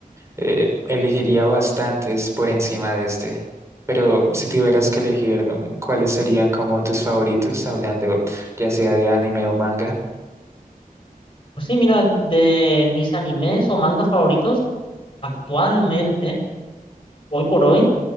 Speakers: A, on the right; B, on the left.
A: eh, elegiría bastantes por encima de este. Pero si tuvieras que elegir, ¿cuáles serían como tus favoritos, hablando ya sea de anime o manga?
B: Pues sí, mira, de mis animes o mangas favoritos, actualmente, hoy por hoy,